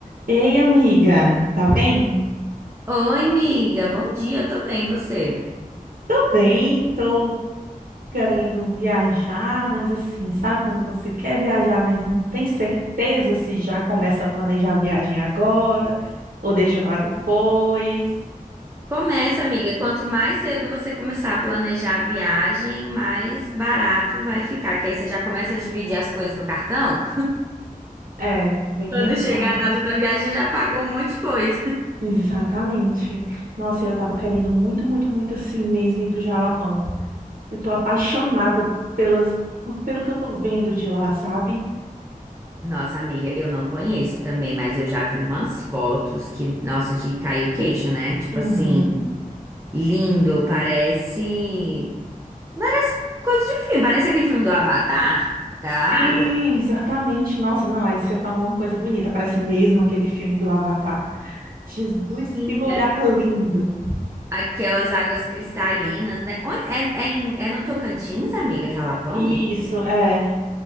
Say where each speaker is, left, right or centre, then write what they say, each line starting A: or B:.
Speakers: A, on the right (about 75°); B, on the right (about 20°).
A: Ei, amiga, tá bem?
B: Oi, amiga, bom dia, eu tô bem, você?
A: Tô bem, tô querendo viajar, mas assim, sabe quando você quer viajar, mas não tem certeza se já começa a planejar a viagem agora ou deixa pra depois?
B: Começa, amiga, quanto mais cedo você começar a planejar a viagem, mais barato vai ficar, que aí você já começa a dividir as coisas no cartão.
A: É, bem
B: Quando
A: pensado.
B: chegar a data da viagem, já pagou um monte de coisa.
A: Exatamente. Nossa, eu tava querendo muito, muito, muito assim mesmo ir pro Jalapão. Eu tô apaixonada pelas, por- pelo que eu tô vendo de lá, sabe?
B: Nossa, amiga, eu não conheço também, mas eu já vi umas fotos que, nossa, de cair o queixo, né? Tipo
A: Uhum.
B: assim, lindo, parece. Parece coisa de filme, parece aquele filme do Avatar, da
A: Sim,
B: água.
A: exatamente. Nossa, não, aí você falou uma coisa bonita, parece mesmo aquele filme do Avatar. Jesus,
B: Sim,
A: que lugar
B: é,
A: lindo.
B: Aquelas águas cristalinas, né? Onde, é, é, em- é no Tocantins, amiga, Jalapão?
A: Isso, é.